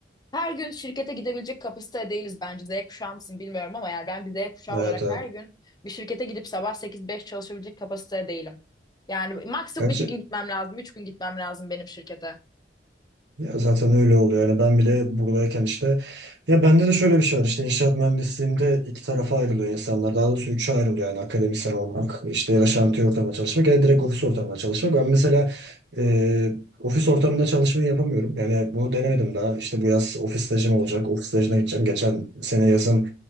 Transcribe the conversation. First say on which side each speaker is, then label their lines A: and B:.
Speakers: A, on the left (about 25°); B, on the right (about 85°).
A: Her gün şirkete gidebilecek kapasitede değiliz bence. Z kuşağı mısın bilmiyorum ama yani ben bir Z kuşağı
B: Evet
A: olarak
B: evet.
A: her gün bir şirkete gidip sabah sekiz beş çalışabilecek kapasitede değilim. Yani maksimum
B: Kaç
A: 2 gün gitmem lazım, 3 gün gitmem lazım benim şirkete.
B: ya zaten öyle oluyor. Yani ben bile buradayken işte ya bende de şöyle bir şey var. İşte inşaat mühendisliğinde iki tarafa ayrılıyor insanlar. Daha doğrusu üçe ayrılıyor yani akademisyen olmak, işte ya da şantiye ortamında çalışmak ya da direkt ofis ortamında çalışmak. Ben mesela e, ofis ortamında çalışmayı yapamıyorum. Yani bunu denemedim daha. İşte bu yaz ofis stajım olacak. Ofis stajına gideceğim. Geçen sene yazın